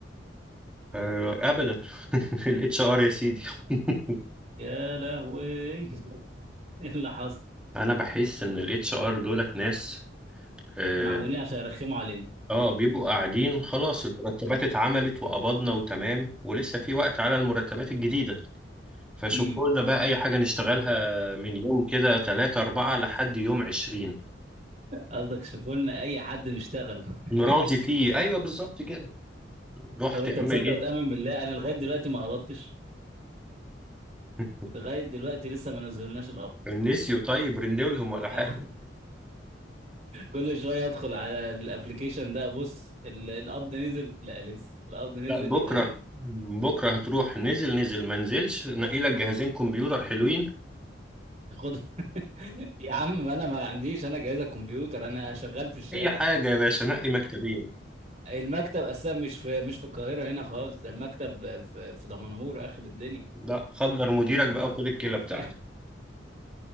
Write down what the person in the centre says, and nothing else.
آه، ابدا <laughs> الاتش ار يا سيدي <laughs>
انا بحس ان الاتش ار دولت ناس اه
آه، بيبقوا قاعدين خلاص المرتبات اتعملت وقبضنا وتمام ولسه في وقت على المرتبات الجديدة فشوفوا
لنا بقى اي حاجة نشتغلها من يوم كده تلاتة اربعة لحد يوم عشرين
نراضي فيه ايوه بالظبط كده رحت
اعمل
ايه
<laughs>
نسيوا طيب رنوا لهم ولا
حاجة
لا بكرة
بكرة هتروح نزل نزل ما نزلش نقي لك جهازين كمبيوتر حلوين
اي حاجه يا باشا نقي مكتبين
لا خدر مديرك بقى
وخد الكلى بتاعته